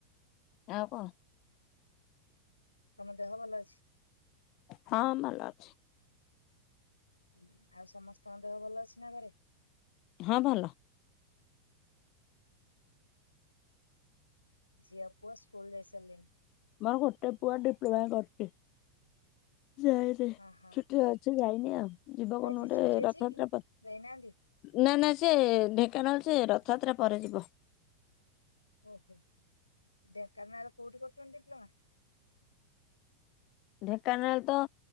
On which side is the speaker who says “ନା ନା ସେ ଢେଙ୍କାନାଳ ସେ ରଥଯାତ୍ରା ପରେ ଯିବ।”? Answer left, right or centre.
Left